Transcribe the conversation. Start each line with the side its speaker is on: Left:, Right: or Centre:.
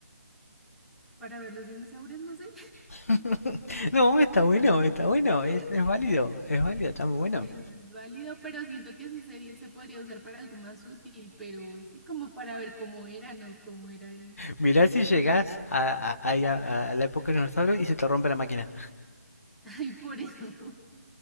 Centre: para ver los dinosaurios, no sé.
Left: <laughs> no, está bueno, está bueno,
Centre: <laughs>
Left: es, es válido, es válido, está muy bueno.
Centre: Es válido, pero siento que ese sería, se podría usar para algo más útil, pero sí como para ver cómo era, ¿no? Cómo era el...
Left: Mirá si llegás a, a- a- a la época de los dinosaurios y se te rompe la máquina.
Centre: <laughs> Ay, por eso <laughs>